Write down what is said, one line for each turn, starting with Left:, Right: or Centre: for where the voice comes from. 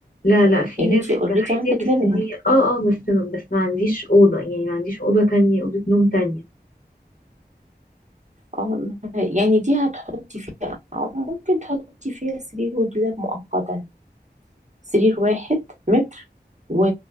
Left: لا لا في
Right: يعني
Left: ليفنج
Right: انت اوريدي
Left: عادي
Right: عندك
Left: بس
Right: ليفنج
Left: هي اه اه بس بس ما عنديش أوضة يعني ما عنديش أوضة تانية أوضة نوم تانية
Right: اه يعني دي هتحطي فيها أو ممكن تحطي فيها سرير ودولاب مؤقتا سرير واحد متر و...